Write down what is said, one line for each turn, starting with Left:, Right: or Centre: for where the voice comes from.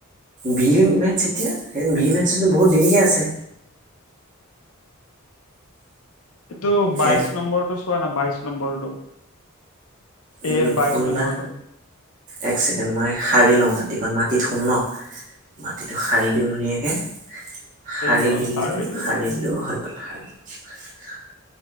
Right: বি মেথছ এতিয়া বি মেথছতো বহুত দেৰিকৈ আছে।
Left: এইটো
Right: হে
Left: বাইশ নম্বৰটো চোৱা নাই বাইশ নম্বৰৰতটো?
Right: উম
Left: এৰ বাইশ
Right: কোনোবা
Left: নম্বৰটো?
Right: এক চেকেণ্ড মই সাৰি লওঁ মাটিক মাটিত সোম ন। মাটিটো সাৰি দিওঁ ধুনীয়াকে। সাৰি
Left: লোৱা
Right: দিলো
Left: সাৰি লোৱা
Right: সাৰিলো হৈ গল সাৰ দিলো।